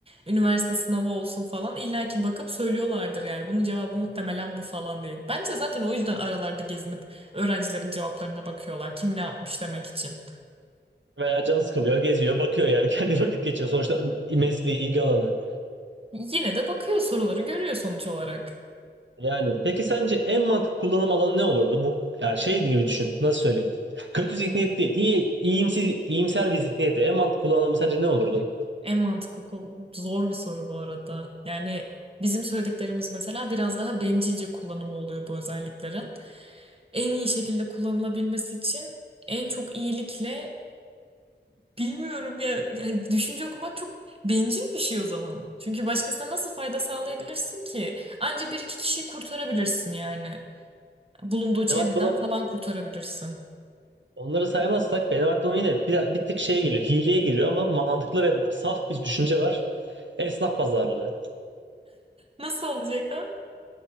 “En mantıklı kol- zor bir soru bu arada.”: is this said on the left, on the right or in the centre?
Right